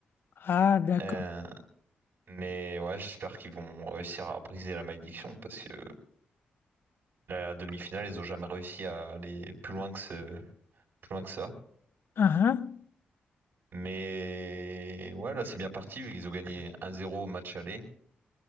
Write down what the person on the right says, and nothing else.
Euh, mais ouais, j'espère qu'ils vont réussir à briser la malédiction parce que La demi-finale, ils ont jamais réussi à aller plus loin que ce, plus loin que ça.
Mais ouais, là, c'est bien parti, vu qu'ils ont gagné un zéro au match aller.